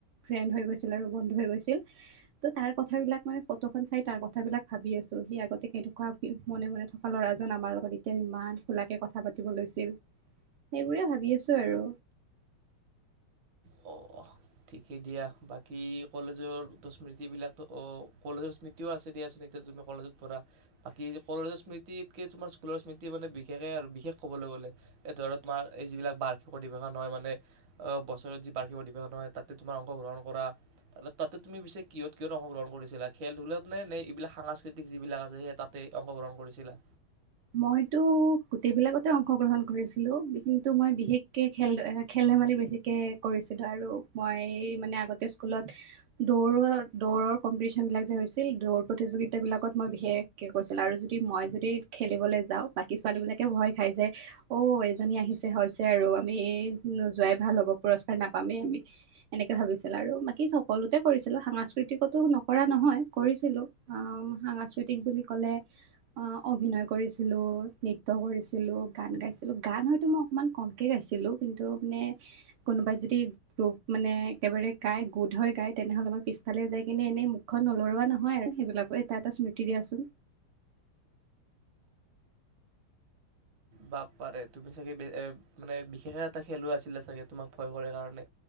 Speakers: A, on the right; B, on the right.
A: ফ্ৰেণ্ড হৈ গৈছিল আৰু বন্ধু হৈ গৈছিল ত' তাৰ কথাবিলাক মানে ফটোখন চাই তাৰ কথাবিলাক ভাবি আছো। সি আগতে কেনেকে থকা মনে মনে থকা ল'ৰাজন আমাৰ লগত এতিয়া ইমান খোলাকে কথা পাতিব লৈছিল সেইবোৰে ভাবি আছো আৰু
B: অ' ঠিকেই দিয়া বাকী কলেজৰো স্মৃতিবিলাকতো অ' কলেজৰ স্মৃতিও আছে দিয়াচোন, এতিয়া তুমি কলেজত পঢ়া বাকী কলেজৰ স্মৃতিতকে তোমাৰ স্কুলৰ স্মৃতি মানে বিশেষে আৰু বিশেষ ক'বলৈ গ'লে এই ধৰা তোমাৰ এই যিবিলাক বাৰ্ষিক অধিৱেশন হয় মানে বছৰত যি বাৰ্ষিক অধিৱেশন হয় তাতে তোমাৰ অংশগ্ৰহণ কৰা তাৰ তাতে তুমি পিছে কিহত কিহত অংশগ্ৰহণ কৰিছিলা, খেল ধূলাত নে নে এইবিলাক সাংস্কৃতিক যিবিলাক আছে সেই তাতে অংশগ্ৰহণ কৰিছিলা।
A: মইতো গোটেইবিলাকতে অংশগ্ৰহণ কৰিছিলো কিন্তু মই বিশেষকে খেল, খেল-ধেমালি বিশেষকে কৰিছিলো আৰু মই মানে আগতে স্কুলত দৌৰৰ- দৌৰৰ কম্পিটিচ্যন বিলাক যে হৈছিল, দৌৰ প্ৰতিযোগিতাবিলাকত মই বিশেষকে কৰিছিলো আৰু যদি মই যদি খেলিবলৈ যাও বাকী ছোৱালী বিলাকে ভয় খাই যে অ' এইজনী আহিছে হৈছে আৰু আমি নোযোৱাই ভাল হ'ব পুৰস্কাৰ নাপামেই আমি। এনেকে ভাবিছিল আৰু বাকী সকলোতে কৰিছিলো সাংস্কৃতিকতো নকৰা নহয় কৰিছিলো সাংস্কৃতিক বুলি ক'লে অভিনয় কৰিছিলো নৃত্য কৰিছিলো, গান গাইছিলো। গান হয়তো মই অকমান কমকে গাইছিলো কিন্তু মানে কোনোবাই যদি গ্ৰুপ মানে একেবাৰে গাই গোট হৈ গায় তেনেহলে মই পিছফালে যাই কিনে এনেই মুখখন নলৰোৱা নহয় আৰু সেইবিলাকো এটা এটা স্মৃতি দিয়াচোন।
B: বাপ পাৰে তুমি চাগে এ মানে বিশেষে এটা খেলুৱৈ আছিলে চাগে তোমাক ভয় কৰে কাৰণে